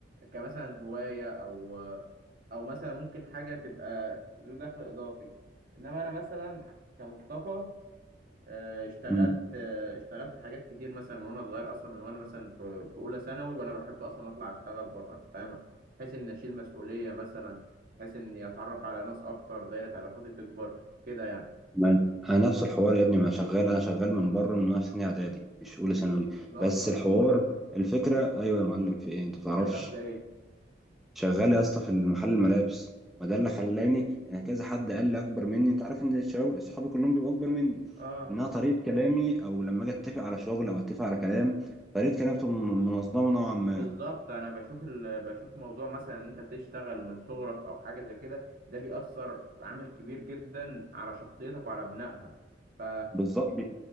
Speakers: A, on the right (about 50°); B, in the centre.
A: كمثلا هواية أو أو مثلا ممكن حاجة تبقى ذو دخل إضافي إنما أنا مثلا كمصطفى أه، اشتغلت
B: مم.
A: أه، اشتغلت حاجات كتير مثلا من وأنا صغير أصلا من وأنا مثلا في في أولى ثانوي وأنا بحب أصلا أطلع أشتغل بره أنت فاهم بحيث إني أشيل مسؤولية مثلا بحيث إني أتعرف على ناس أكتر دايرة علاقاتي تكبر كده يعني
B: ما أنا نفس الحوار يا ابني ما شغال أنا شغال من بره من وأنا في سنة إعدادي مش أولى ثانوي
A: لا
B: بس
A: والله
B: الحوار الفكرة أيوه يا معلم في إيه أنت ما بتعرفش
A: شغال في إيه؟
B: شغال يا اسطى في المحل الملابس ما ده اللي خلاني يعني كذا حد قال لي اكبر مني انت عارف ان الشباب اصحابي كلهم بيبقوا اكبر مني
A: اه
B: انها طريقه كلامي او لما اجي اتفق على شغل او اتفق على كلام طريقه كلامي بتبقى من- منظمه نوعا ما
A: بالظبط انا بشوف ال... بشوف موضوع مثلا ان انت تشتغل من صغرك او حاجه زي كده ده بيأثر عامل كبير جدا على شخصيتك وعلى بنائها ف...
B: بالظبط بي-